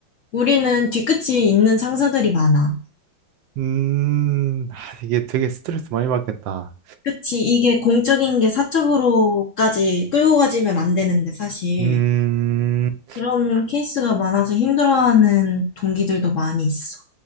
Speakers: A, on the left; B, on the right.
A: 우리는 뒤끝이 있는 상사들이 많아.
B: 음, 아, 이게 되게 스트레스 많이 받겠다.
A: 그치? 이게 공적인 게 사적으로까지 끌고 가지면 안 되는데 사실
B: 음,
A: 그런 케이스가 많아서 힘들어하는 동기들도 많이 있어.